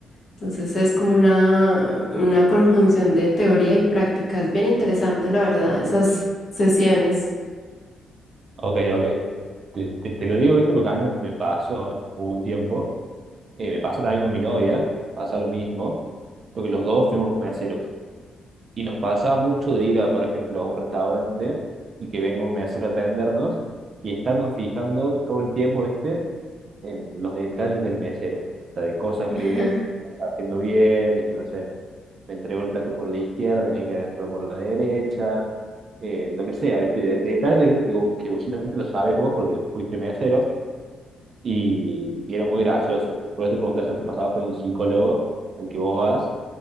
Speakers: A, on the left; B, on the right.
A: Entonces es como una, una conjunción de teoría y práctica. Es bien interesante, la verdad, esas sesiones.
B: Ok, ok. Te, te- te lo digo, ¿viste? Porque a mí me, me pasó un tiempo, eh, me pasa también con mi novia, pasa lo mismo, porque los dos fuimos meseros. Y nos pasaba mucho de ir a, por ejemplo, a un restaurante y que venga un mesero a atendernos y estarnos fijando todo el tiempo, ¿viste? en los detalles del mesero. O sea, de cosas
A: <laughs>
B: que está haciendo bien, viste, no sé, me entregó el plato por la izquierda, tenía que haber entrado por la derecha, eh, lo que sea, viste, de- detalles, viste, que, vos- que vos solamente lo sabes vos porque fuiste mesero y, y era muy gracioso. Por eso te preguntas si te pasaba con el psicólogo al que vos vas,